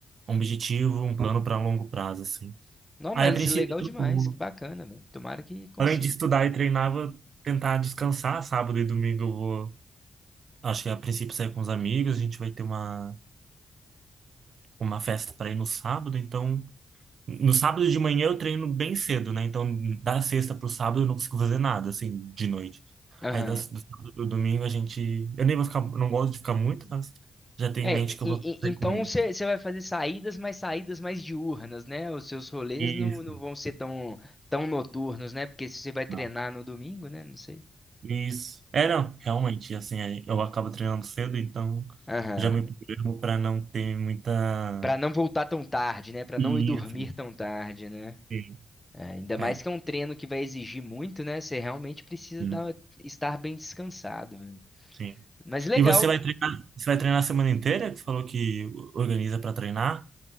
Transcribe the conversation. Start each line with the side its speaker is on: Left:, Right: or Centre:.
Right: é um objetivo, um plano para longo prazo, assim.
Left: Não,
Right: Aí,
Left: mas
Right: a princípio,
Left: isso é legal demais,
Right: eu,
Left: que bacana, velho. Tomara que consiga.
Right: além de estudar e treinar, vou tentar descansar. Sábado e domingo eu vou, acho que a princípio, sair com os amigos. A gente vai ter uma, uma festa para ir no sábado, então. No sábado de manhã eu treino bem cedo, né? Então, da sexta pro sábado eu não consigo fazer nada, assim, de noite.
Left: Aham.
Right: Aí, das, do sábado pro domingo a gente... Eu nem vou ficar... Não gosto de ficar muito, mas já tenho
Left: É,
Right: em mente
Left: e-
Right: que eu vou
Left: e-
Right: sair
Left: então
Right: com ele.
Left: você vai fazer saídas, mas saídas mais diurnas, né? Os seus rolês
Right: Isso.
Left: não, não vão ser tão, tão noturnos, né? Porque se você vai treinar
Right: não,
Left: no domingo, né? Não sei.
Right: Isso. É, não, realmente, assim, aí eu acabo treinando cedo, então
Left: Aham.
Right: já me programo para não ter muita...
Left: Pra não voltar tão tarde, né? Pra
Right: Isso.
Left: não ir dormir tão tarde, né?
Right: Sim.
Left: É, ainda
Right: É,
Left: mais que é um treino que vai exigir muito, né? Você realmente precisa
Right: sim.
Left: dar- estar bem descansado. né?
Right: Sim.
Left: Mas legal.
Right: E você vai treinar, você vai treinar a semana inteira? Que você falou que organiza para treinar?